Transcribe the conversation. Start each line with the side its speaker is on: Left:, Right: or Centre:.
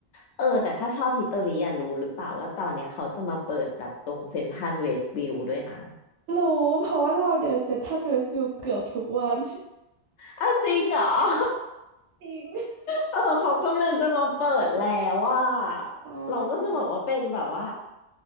Left: เออแต่ถ้าชอบฮิตเตอรี่อ่ะรู้หรือเปล่าว่าตอนเนี้ยเขาจะมาเปิดแบบตรงเซ็นทรัลเวสต์วิวด้วยนะ
Right: รู้เพราะว่าเราเดินเซ็นทรัลเวสต์วิวเกือบทุกวัน
Left: อ้าวจริงเหรอ <laughs>
Right: <laughs> จริง
Left: เออเขากำลังจะมาเปิดแล้วว่า
Right: ใช่
Left: เราก็จะบอกว่าเป็นแบบว่า